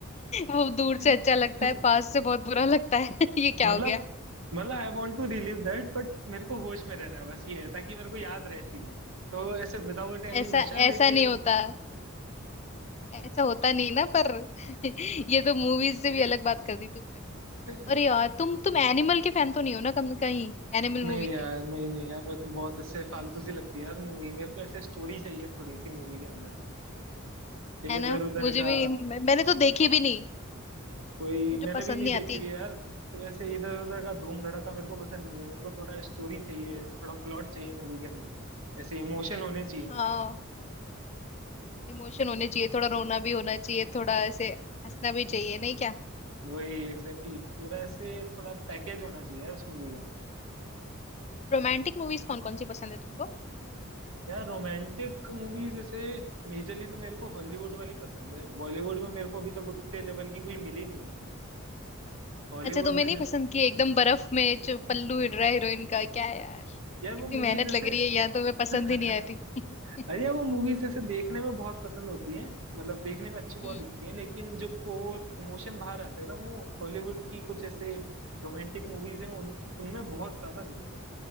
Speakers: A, on the left (about 30°); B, on the right (about 75°).
A: <laughs> वो दूर
B: <laughs>
A: से अच्छा लगता है पास से बहुत बुरा लगता है <laughs> ये क्या
B: मतलब
A: हो गया
B: मतलब I want to relive that but मेरे को होश में रहना है बस ये है ताकि मेरे को याद रहे चीजें तो ऐसे विदाउट एनी
A: ऐसा
B: नशा लेकिन
A: ऐसा नहीं होता ऐसा होता नहीं ना पर <laughs> ये तो मूवीज से भी अलग बात कर दी तुमने
B: <laughs>
A: अरे यार तुम तुम एनिमल के फैन तो नहीं हो ना कम कहीं एनिमल
B: नहीं
A: मूवी के
B: यार नहीं नहीं यार मेरे को बहुत ऐसे फालतू सी लगती है यार मूवी मेरे को ऐसे स्टोरी चाहिए थोड़ी सी मूवी के अंदर इधर
A: है ना
B: उधर
A: मुझे
B: का
A: भी मैं, मैंने तो देखी भी नहीं
B: कोई
A: मुझे
B: मैंने
A: पसंद
B: भी नहीं
A: नहीं
B: देखी
A: आती
B: हुई है यार सिर्फ ऐसे इधर उधर का धूम धड़ाका मेरे को पसंद नहीं है मेरे को थोड़ा स्टोरी चाहिए थोड़ा प्लॉट चाहिए मूवी के अंदर ऐसे इमोशन होने चाहिए
A: हाँ इमोशन होने चाहिए थोड़ा रोना भी होना चाहिए थोड़ा ऐसे हंसना भी चाहिए नहीं क्या
B: वही एग्जैक्टली exactly. पूरा ऐसे थोड़ा पैकेज होना चाहिए यार उस मूवी का
A: रोमांटिक मूवीज कौन कौन सी पसंद है तुमको
B: यार रोमांटिक मूवीज जैसे मेजरली तो मेरे को हॉलीवुड वाली पसंद है बॉलीवुड में मेरे को अभी तक उतने लेवल की कोई मिली नहीं है हॉलीवुड
A: अच्छा तुम्हें
B: में
A: नहीं
B: जैसे
A: पसंद कि एकदम बर्फ में जो पल्लू हिल रहा है हीरोइन का क्या है यार
B: यार वो
A: इतनी
B: मूवीज
A: मेहनत
B: जैसे
A: लग रही
B: <laughs>
A: है यार तुम्हें पसंद
B: अरे
A: ही नहीं आ रही <laughs>
B: यार वो मूवीज ऐसे देखने में बहुत पसंद होती है मतलब देखने में अच्छी बहुत
A: हम्म
B: लगती है लेकिन जो कोर इमोशन बाहर आते हैं ना वो हॉलीवुड की कुछ ऐसे रोमांटिक मूवीज हैं उन उनमें बहुत ज्यादा दिखते हैं